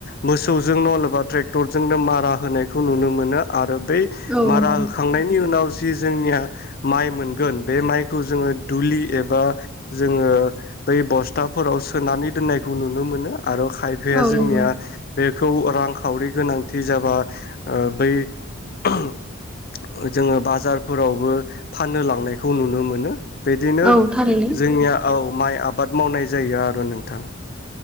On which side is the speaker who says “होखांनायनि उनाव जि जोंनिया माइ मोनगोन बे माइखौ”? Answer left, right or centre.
Left